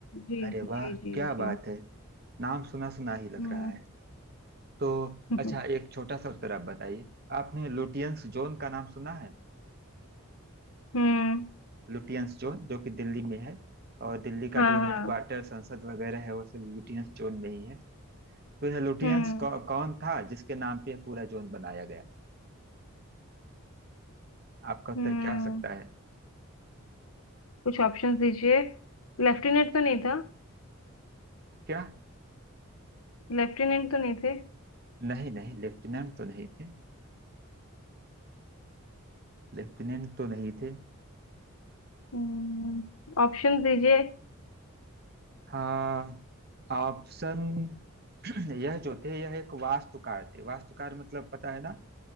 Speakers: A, on the left; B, on the right.
A: जी
B: अरे
A: जी
B: वाह
A: जी
B: क्या
A: जी
B: बात है नाम सुना सुना ही लग
A: हम्म
B: रहा है तो
A: <laughs>
B: अच्छा एक छोटा सा उत्तर आप बताइए आपने लुटियंस जोन का नाम सुना है
A: हम्म
B: लुटियंस जोन जो कि दिल्ली में है और दिल्ली का
A: हाँ
B: जो हेडक्वार्टर
A: हाँ
B: संसद वगैरह है वो सब लुटियंस जोन में ही है तो यह लुटियंस
A: हम्म
B: कौ, कौन था जिसके नाम पे यह पूरा जोन बनाया गया आपका उत्तर
A: हम्म
B: क्या हो सकता है
A: कुछ ऑप्शंस दीजिए लेफ्टिनेंट तो नहीं था
B: क्या
A: लेफ्टिनेंट तो नहीं थे
B: नहीं नहीं लेफ्टिनेंट तो नहीं थे लेफ्टिनेंट तो नहीं थे
A: हम्म ऑप्शंस दीजिए
B: हाँ ऑप्शन <clears throat> यह जो थे यह एक वास्तुकार थे वास्तुकार मतलब पता है ना